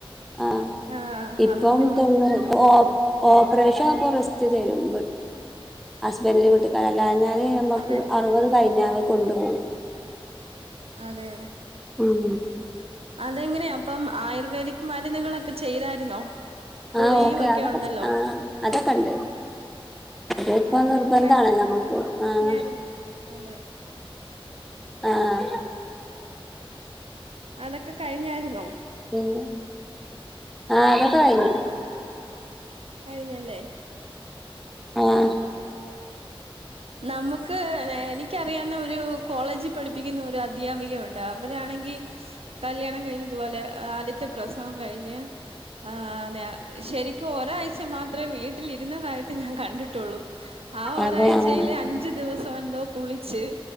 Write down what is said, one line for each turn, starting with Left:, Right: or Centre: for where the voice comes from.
Centre: ആഹ്
Right: ആഹ്
Centre: ഇപ്പം
Right: അവര് ജോലിക്കൊക്കെ
Centre: <unintelligible>
Right: പോവും
Centre: ഓപ്പറേഷൻപ്പൊ റിസ്റ്റ് തരും ഹസ്ബൻഡില് കുട്ടിക്കാര അല്ലഞ്ഞാല് നമ്മക്ക്
Right: അതെ
Centre: അറുപത് കഴിഞ്ഞാവെ കൊണ്ടുപോകും
Right: അതെ അതെ
Centre: ഉം
Right: അതെങ്ങനെയാ അപ്പം ആയുർവേദിക് മരുന്നുകളൊക്കെ ചെയ്തായിരുന്നോ ഗുളികയും
Centre: ആഹ് ഓക്കെ
Right: ഒക്കെ
Centre: അതൊക്കെ
Right: ഉണ്ടല്ലോ
Centre: ആഹ് അതൊക്കെണ്ട് അത് ഇപ്പോ
Right: ആഹ് അതൊക്കെ
Centre: നിർബന്ധം ആണല്ലോ നമ്മുക്ക് ആഹ്
Right: കഴിഞ്ഞായിരുന്നു അതെ
Centre: ആഹ്
Right: അതൊക്കെ കഴിഞ്ഞായിരുന്നോ
Centre: പിന്ന അതൊക്കെ കഴിഞ്ഞ്
Right: കഴിഞ്ഞല്ലേ
Centre: ആഹ്
Right: നമുക്ക് എനിക്കറിയുന്ന ഒരു കോളേജിൽ പഠിപ്പിക്കുന്ന ഒരു അദ്ധ്യാപികുണ്ട് അവരാണെങ്കിൽ കല്യാണം കഴിഞ്ഞ് ഇതുപോലെ ആദൃത്തെ പ്രസവം കഴിഞ്ഞ്. ആഹ് ശരിക്കും ഒരാഴ്ച മാത്രമേ വീട്ടിലിരുന്നതായിട്ട് ഞാൻ കണ്ടിട്ടുള്ളൂ. ആഹ് ഒരാഴ്ചയില്
Centre: അതെ ആഹ്
Right: അഞ്ചു ദിവസം എന്തോ കുളിച്ച്